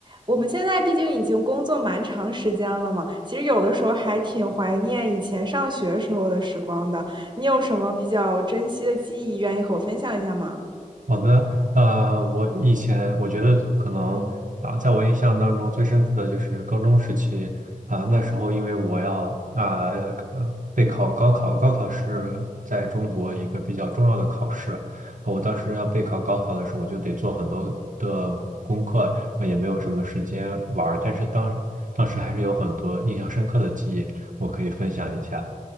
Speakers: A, on the right (about 30°); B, on the right (about 65°).
A: 我们现在毕竟已经工作蛮长时间了嘛，其实有的时候还挺怀念以前上学时候的时光的。你有什么比较珍惜的记忆，愿意和我分享一下吗？
B: 好的，呃，我以前我觉得可能啊，在我印象当中最深刻的就是高中时期啊，那时候因为我要啊呃备考高考，高考是在中国一个比较重要的考试，啊我当时要备考高考的时候，我就得做很多的功课，也没有什么时间玩儿但是当当时还是有很多印象深刻的记忆，我可以分享一下，